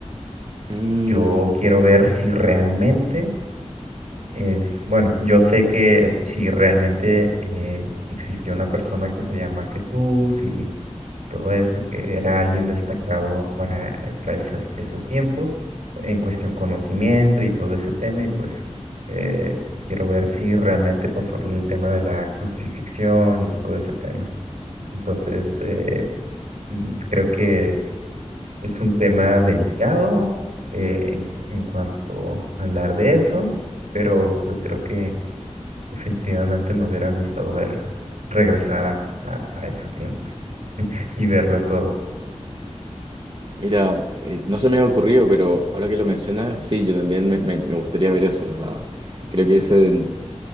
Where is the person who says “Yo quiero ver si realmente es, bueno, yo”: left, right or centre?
Right